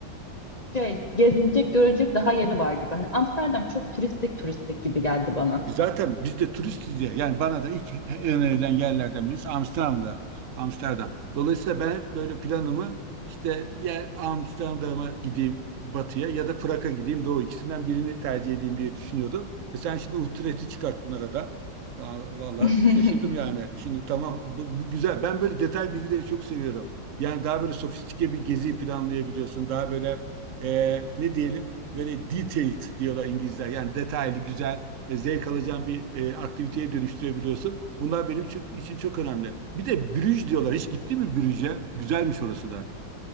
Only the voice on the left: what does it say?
şey gezilecek görecek daha yeri var gibi. Hani Amsterdam çok turistik turistik gibi geldi bana.
<laughs>